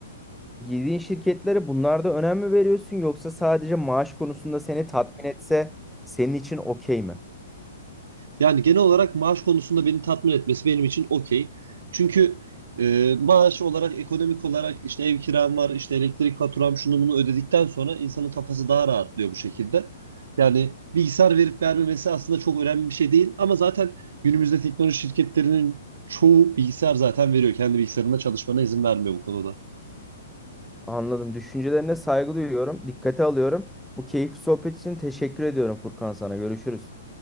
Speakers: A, in the centre; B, on the right.
A: Girdiğin şirketlere bunlarda önem mi veriyorsun yoksa sadece maaş konusunda seni tatmin etse senin için okey mi?
B: Yani genel olarak maaş konusunda beni tatmin etmesi benim için okey. Çünkü e, maaş olarak, ekonomik olarak işte ev kiram var, işte elektrik faturam şunu bunu ödedikten sonra insanın kafası daha rahatlıyor bu şekilde. Yani bilgisayar verip vermemesi aslında çok önemli bir şey değil. Ama zaten günümüzde teknoloji şirketlerinin çoğu bilgisayar zaten veriyor. Kendi bilgisayarında çalışmana izin vermiyor bu konuda.
A: Anladım. Düşüncelerine saygı duyuyorum. Dikkate alıyorum. Bu keyifli sohbet için teşekkür ediyorum Furkan sana. Görüşürüz.